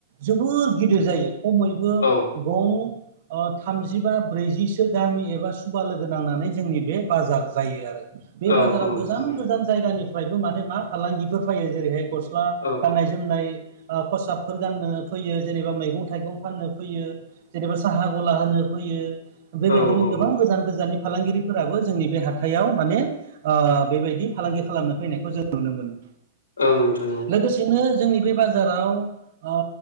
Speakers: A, on the right; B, on the left.
A: जोबोर गिदिर जायो खमैबो
B: औ
A: गं ओ थामजिबा ब्रैजिसो गामि एबा सुबा लोगो नांनानै जोंनि बे बाजार जायो आरो। बे
B: औ
A: बाजाराव
B: औ नोंथां
A: गोजान गोजान जायगानिफ्रायबो माने मा फालांगिफोर फैयो जेरैहाय ग स्ला
B: औ
A: गाननाय जोमनाय ओ खसाबफोर गाननो फैयो जेनेबा मैगं थाइगं फाननो फैयो जेनेबा साहा गला होनो फैयो बेबायदिनो
B: औ
A: गोबां
B: नोंथां
A: गोजान गोजाननि फालांगिरिफोराबो जोंनि बे हाथायाव माने ओ बेबायदि फालांगि खालामनो फैनायखौ जों नुनो मोनो।
B: औ नोंथां औ।
A: लोगोसेनो जोंनि बे बाजाराव ओ